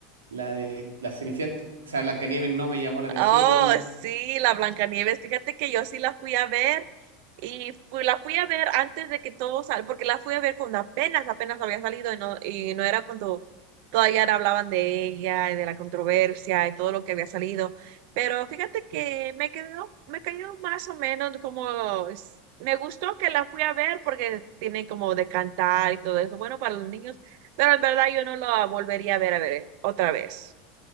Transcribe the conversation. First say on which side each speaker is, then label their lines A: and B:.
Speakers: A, on the right; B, on the right.
A: la de la Cenicienta, o sea, Blancanieves no me llamó la atención.
B: Oh, sí, la Blancanieves. Fíjate que yo sí la fui a ver y fui- la fui a ver antes de que todo sal, porque la fui a ver cuando apenas, apenas había salido y no, y no era cuando todavía no hablaban de ella y de la controversia y todo lo que había salido. Pero fíjate que me quedó, me cayó más o menos como, es- me gustó que la fui a ver porque tiene como de cantar y todo eso, bueno, para los niños, pero en verdad yo no la volvería a ver, a ver, otra vez.